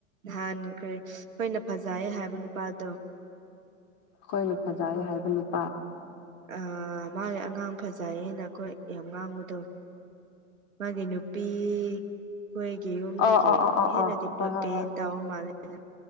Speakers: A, on the right; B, on the left.
A: ꯅꯍꯥꯟ ꯀꯔꯤ ꯑꯩꯈꯣꯏꯅ ꯐꯖꯩꯌꯦ ꯍꯥꯏꯕ ꯅꯨꯄꯥꯗꯣ
B: ꯑꯩꯈꯣꯏꯅ ꯐꯖꯩꯌꯦ ꯍꯥꯏꯕ ꯅꯨꯄꯥ
A: ꯑꯥ ꯃꯥꯒꯤ ꯑꯉꯥꯡ ꯐꯖꯩꯌꯦꯅ ꯑꯩꯈꯣꯏ ꯌꯥꯝ ꯉꯥꯡꯕꯗꯣ ꯅꯪꯒꯤ ꯅꯨꯄꯤ ꯑꯩꯈꯣꯏꯒꯤ ꯌꯨꯝꯗꯒꯤ
B: ꯑꯣ ꯑꯣ ꯑꯣ ꯑꯣ
A: ꯍꯦꯟꯅꯗꯤ
B: ꯑꯣ ꯍꯣꯏ
A: ꯗꯤꯄꯦꯟ
B: ꯍꯣꯏ ꯍꯣꯏ
A: ꯇꯧꯕ ꯃꯥꯜꯂꯦꯅ